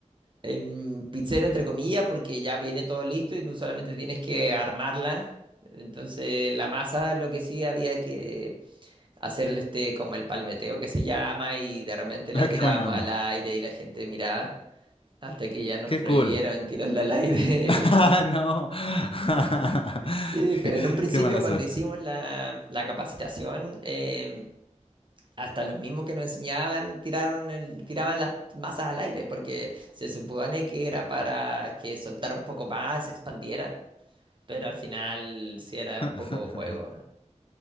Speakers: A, on the right; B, on the left.
A: em, pizzero entre comillas porque ya viene todo listo y tú solamente tienes que armarla. Entonces, la masa, lo que sí había que hacerle este como el palmeteo que se llama y de repente
B: <laughs>
A: la
B: Ah, qué
A: tirábamos
B: buena onda.
A: al aire y la gente miraba hasta que ya nos
B: Qué
A: prohibieron
B: cool.
A: tirarla al aire.
B: Ah,
A: <laughs> y-
B: no. <laughs>
A: Sí, pero en un principio
B: Qué mala
A: cuando
B: suerte.
A: hicimos la, la capacitación, eh, hasta los mismos que nos enseñaban tiraron el, tiraban las masas al aire porque se supone que era para que soltara un poco más, se expandiera, pero al final sí era
B: <laughs>
A: un poco juego.